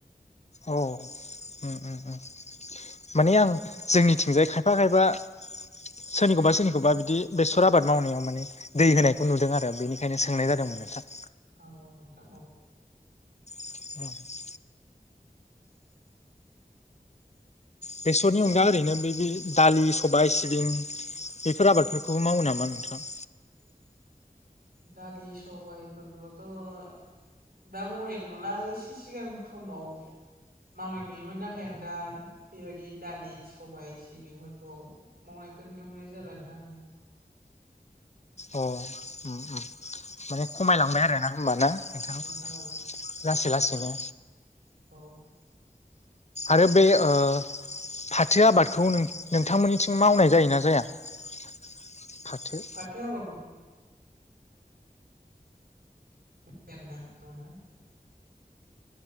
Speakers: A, on the left; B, on the right.
A: औ उम उम उम माने आं जोंनिथिंजाय खायफा खायफा सोरनिखौबा सोरनिखौबा बिदि बेसर आबाद मावनायाव माने दै होनायखौ नुदों आरो बेनिखायनो सोंनाय जादोंमोन नोंथां।
B: औ नोंथां औ
A: <inaudible> बेसरनि अनगा ओरैनो बे दालि, सबाय, सिबिं बेफोर आबादफोरखौबो मावो नामा नोंथाङा?
B: दालि सबायफोरखौथ' दा मावनाय नुला एसे सिगां समाव मावनाय नुयोमोन नाथाय आं दा बेबायदि दालि सबाय सिबिंफोरखौ मावनायखौ नुनो मोननाय जाला नोंथां आङो।
A: अ उ <unintelligible> माने खमायलांबाय आरोना होमबाना नोंथां
B: आङो
A: लासै लासैनो।
B: औ
A: आरो बे ओ फाथो आबादखौ नोंथांमोननिथिं मावनाय जायोना जाया फाथो?
B: फाथो आबाद फोरखौ ा थदा <unintelligible>